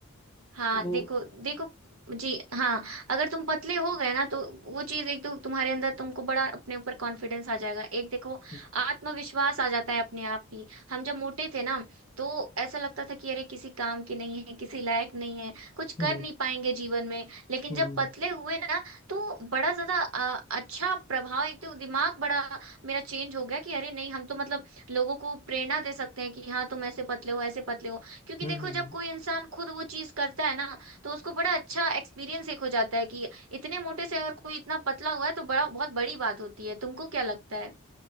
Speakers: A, on the right; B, on the left.
A: हाँ
B: तो
A: देखो देखो जी हाँ अगर तुम पतले हो गए ना तो वो चीज एक तो तुम्हारे अंदर तुमको बड़ा अपने ऊपर कॉन्फिडेंस आ जाएगा एक देखो
B: हम्म
A: आत्मविश्वास आ जाता है अपने आप ही हम जब मोटे थे ना तो ऐसा लगता था कि अरे किसी काम के नहीं है किसी लायक नहीं है कुछ
B: हम्म
A: कर नहीं पाएंगे जीवन में लेकिन
B: हम्म
A: जब
B: हम्म, हम्म।
A: पतले हुए ना तो बड़ा ज्यादा आ, अच्छा प्रभाव एक तो दिमाग बड़ा मेरा चेंज हो गया कि अरे नहीं हम तो मतलब लोगों को प्रेरणा दे सकते हैं कि हाँ तुम ऐसे पतले हो ऐसे पतले हो क्योंकि
B: हम्म,
A: देखो
B: हम्म।
A: जब कोई इंसान खुद वो चीज करता है ना तो उसको बड़ा अच्छा एक्सपीरियंस एक हो जाता है कि इतने मोटे से अगर कोई इतना पतला हुआ है तो बड़ा बहुत बड़ी बात होती है तुमको क्या लगता है